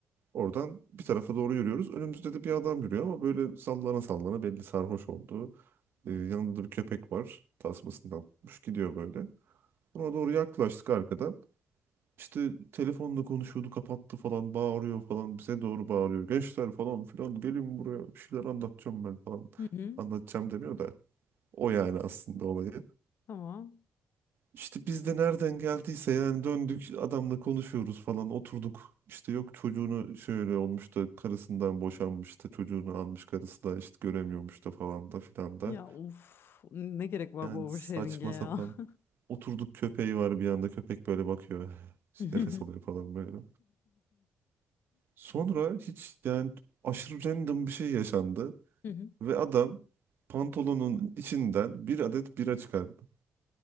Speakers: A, on the right; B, on the left.
A: Oradan bir tarafa doğru yürüyoruz. Önümüzde de bir adam yürüyor ama böyle sallana sallana belli sarhoş oldu. E, yanında da bir köpek var. Tasmasından tutmuş gidiyor böyle. Buna doğru yaklaştık arkadan. İşte telefonla konuşuyordu kapattı falan bağırıyor falan bize doğru bağırıyor. Gençler falan filan gelin buraya bir şeyler anlatacağım ben falan.
B: Hı hı.
A: Anlatacağım demiyor da o yani aslında olayı.
B: Tamam.
A: İşte biz de nereden geldiyse yani döndük adamla konuşuyoruz falan oturduk. İşte yok çocuğunu şöyle olmuş da karısından boşanmış da çocuğunu almış karısı da işte göremiyormuş da falan da filan da.
B: Ya of ne gerek var
A: Yani
B: bu oversharing'e
A: saçma
B: ya.
A: sapan
B: <laughs>
A: oturduk köpeği var bir anda köpek böyle bakıyor.
B: Hı hı.
A: <laughs> Nefes alıyor falan böyle. Sonra hiç yani aşırı random bir şey yaşandı
B: Hı hı.
A: ve adam pantolonun içinden bir adet bira çıkardı.